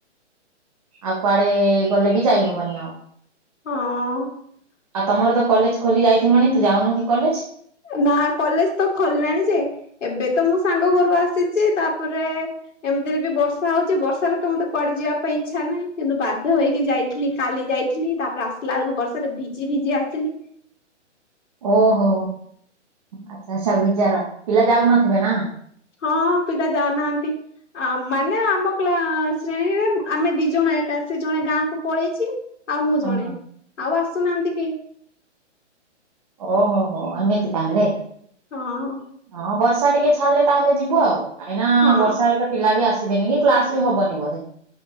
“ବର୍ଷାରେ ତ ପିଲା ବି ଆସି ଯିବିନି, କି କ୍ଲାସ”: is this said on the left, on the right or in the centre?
Right